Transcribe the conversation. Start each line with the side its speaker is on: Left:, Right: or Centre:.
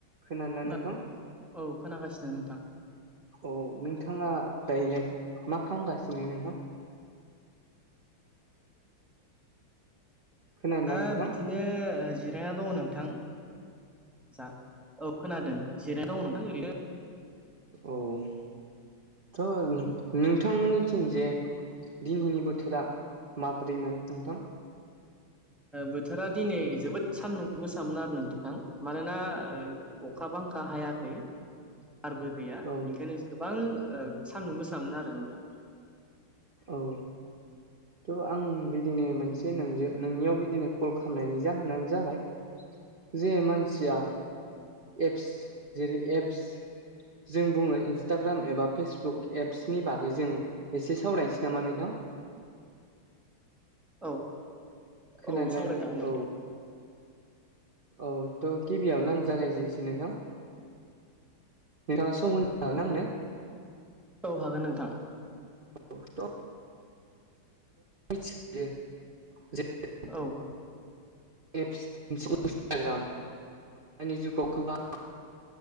Right: खोनादों ना
Centre: खोना
Right: नोंथां।
Centre: औ खोनागासिनो नोंथां।
Right: औ नोंथाङा दायोलाय मा खालामगासिनो नोंहाबो खोनादोंना
Centre: ओ दा
Right: नोंथां
Centre: बिदिनो जिरायना दङ नोंथां जा औ खोनादों जिरायनो दं नोंथां ओरैनोसो
Right: ओ औ थ' नोंथांमोननिथिं जेनि दिनहैनि बोथोरा माब्रैमोन नोंथां।
Centre: बोथोरा दिनै जोबोद सानदुं गोसामोन आरो नोंथां मानोना अखा बांखा हायाखै आरोबो गैया
Right: औ
Centre: बेनिखायनो गोबां सान्दुं गोसामोन आरो नोंथां।
Right: औ। थ' आं बिदिनो मोनसे नोंजों नोंनियाव बिदिनो कल खालामनायनि जाहोनानो जाबाय जे मानसिया एप्स जेरै एप्स जों बुङो इन्सटाग्राम एबा फेसबुक एप्सनि बागै जों एसे सावराय नोसै नामा नोंथां?
Centre: औ
Right: खोनादोंना
Centre: औ सावराय जागोन नोंथां।
Right: औ औ त' गिबियाव नां जागायजेननोसै नोंथां। नोंथाङा सम होनो हागोन आंनो?
Centre: औ हागोन नोंथां।
Right: औ त' मिथिखायो जे <unintelligible>
Centre: औ
Right: एप्स <unintelligible> इन्सटाग्राम दानि जुगाव गोबां